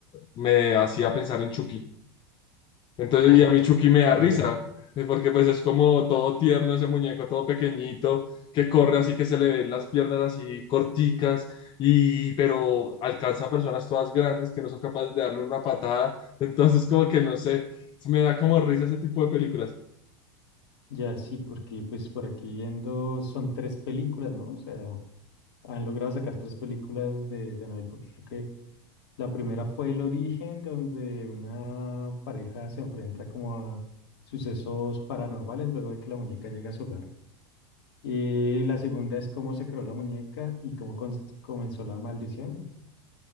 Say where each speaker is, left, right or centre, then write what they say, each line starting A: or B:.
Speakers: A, on the left; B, on the left.
A: me hacía pensar en Chucky. Entonces,
B: <laughs>
A: y a mí Chucky me da
B: Ah,
A: risa,
B: ya.
A: eh, porque pues es como todo tierno ese muñeco, todo pequeñito, que corre así que se le ven las piernas así corticas, y pero alcanza a personas todas grandes que no son capaces de darle una patada. Entonces, como que no sé, me da como risa ese tipo de películas.
B: Ya, sí, porque pues por aquí viendo son tres películas, ¿no? O sea, han logrado sacar tres películas de, de Anabel, porque creo que la primera fue El Origen, donde una pareja se enfrenta como a sucesos paranormales luego de que la muñeca llega a su hogar. Y la segunda es cómo se creó la muñeca y cómo cons- comenzó la maldición.